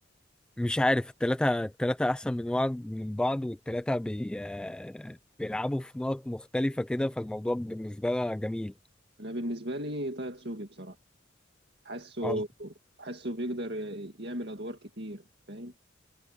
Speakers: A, in the centre; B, on the right.
A: مش عارف التلاتة التلاتة أحسن من بعض من بعض والتلاتة بي آه، بيلعبوا في نقط مختلفة كده فالموضوع بالنسبة لها جميل
B: انا بالنسبه لي طه دسوقي بصراحه حاسه
A: اه
B: حاسه بيقدر ي- يعمل ادوار كتير فاهم